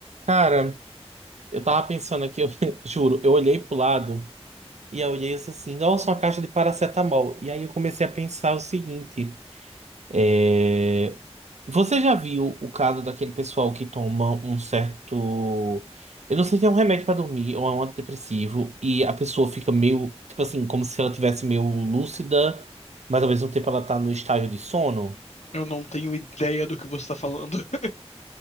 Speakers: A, on the right; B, on the left.
A: Cara, eu tava pensando aqui, eu <laughs> juro, eu olhei pro lado e eu olhei isso assim, nossa, uma caixa de paracetamol. E aí eu comecei a pensar o seguinte: é, você já viu o caso daquele pessoal que toma um certo. Eu não sei se é um remédio pra dormir ou é um antidepressivo, e a pessoa fica meio, tipo assim, como se ela tivesse meio lúcida, mas ao mesmo tempo ela tá no estágio de sono?
B: Eu não tenho ideia do que você tá falando. <laughs>